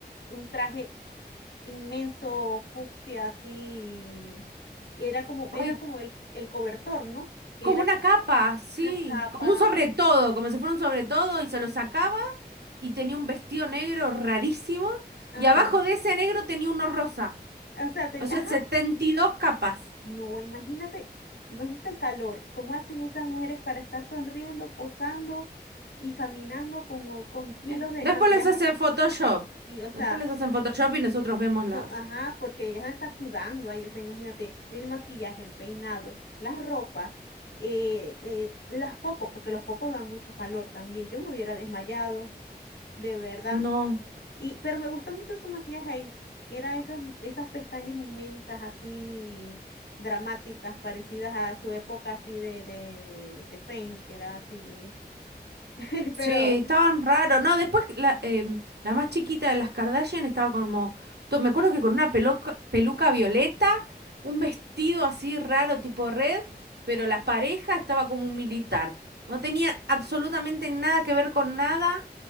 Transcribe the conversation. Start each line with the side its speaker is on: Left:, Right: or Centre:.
Left: un traje inmenso, fucsia, así. y Era como,
Right: Ay,
Left: era como el, el cobertor, ¿no? Que
Right: Como
Left: era
Right: una capa, sí,
Left: una capa.
Right: como un sobre todo, como si fuera un sobre todo y se lo sacaba y tenía un vestido negro rarísimo
Left: Ajá.
Right: y abajo de ese negro tenía uno rosa,
Left: O sea, te-
Right: o sea,
Left: ajá.
Right: 72 capas.
Left: No, imagínate, imagínate el calor. ¿Cómo hacen esas mujeres para estar sonriendo, posando y caminando con, con kilos
Right: Eh,
Left: de
Right: Después
Left: maquillaje?
Right: les hacen Photoshop,
Left: Y, o sea,
Right: después les hacen Photoshop y nosotros vemos las...
Left: No, ajá, porque ella está sudando ahí, o sea, imagínate, el maquillaje, el peinado, las ropas, eh, eh, las focos, porque los focos dan mucho calor también. Yo me hubiera desmayado, de verdad.
Right: No.
Left: Y, pero me gustó mucho su maquillaje ahí. Eran esas, esas pestañas inmensas, así dramáticas, parecidas a su época así de, de, de, de Fame que era así. <laughs>
Right: Sí,
Left: Pero
Right: estaban raros. No, después la, em, la más chiquita de las Kardashian estaba como. to- Me acuerdo que con una peluca, peluca violeta, un vestido así raro, tipo red, pero la pareja estaba como un militar. No tenía absolutamente nada que ver con nada.